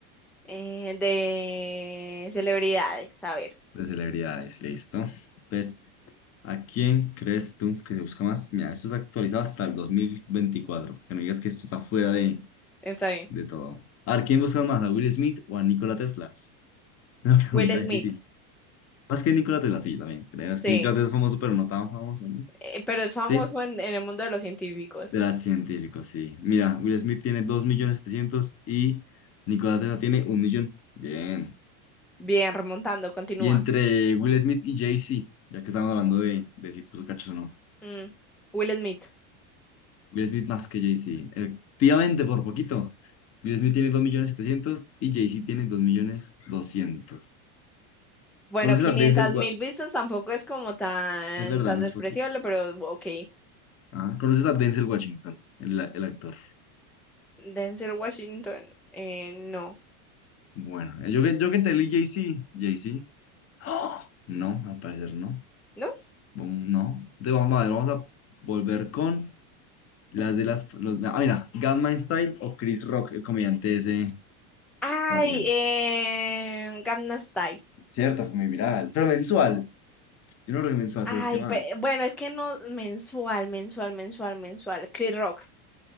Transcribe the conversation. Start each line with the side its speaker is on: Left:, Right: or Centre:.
Centre: Eh, de celebridades. A ver.
Left: de celebridades. Listo. Pues ¿A quién crees tú que se busca más? Mira, esto está actualizado hasta el 2024, para que no digas que esto está fuera de,
Centre: Está bien.
Left: de todo. A ver, ¿quién busca más? ¿A Will Smith o a Nikola Tesla? <laughs> Una pregunta
Centre: Will Smith.
Left: difícil. Más que Nikola Tesla, sí, también creo. Es
Centre: Sí.
Left: que Nikola Tesla es famoso, pero no tan famoso, ¿no?
Centre: Eh, pero es famoso
Left: Sí,
Centre: en, en el mundo de los científicos.
Left: de las científicos, sí. Mira, Will Smith tiene dos millones setecientos y Nikola Tesla tiene un millón. Bien.
Centre: Bien, remontando, continúa.
Left: Y entre Will Smith y Jay-Z, ya que estamos hablando de, de si puso cachos o no.
Centre: Mm, Will Smith.
Left: Will Smith más que Jay-Z. Efectivamente, por poquito. Will Smith tiene dos millones setecientos y Jay-Z tiene dos millones doscientos.
Centre: Bueno,
Left: ¿Conoces
Centre: 500
Left: a Denzel
Centre: mil
Left: Washington?
Centre: vistas tampoco es como tan,
Left: Es verdad,
Centre: tan
Left: no
Centre: despreciable,
Left: es poquito.
Centre: pero ok.
Left: Ah, ¿Conoces a Denzel Washington, el, el actor?
Centre: Denzel Washington, eh, no,
Left: Bueno, eh, yo, que- yo que entendí Jay-Z. Jay-Z. <gasps> ¡Ah! No, al parecer no.
Centre: ¿no?
Left: Vam- No. Entonces, vamos a ver, vamos a volver con las de las... Los, ah, mira, Gangnam Style o Chris Rock, el comediante ese
Centre: Ay,
Left: estadounidense.
Centre: eh, Gangnam Style.
Left: Cierto, fue muy viral, pero mensual. Yo no creo que mensual
Centre: Ay,
Left: se busque más.
Centre: pe- bueno, es que no, mensual, mensual, mensual, mensual. Chris Rock.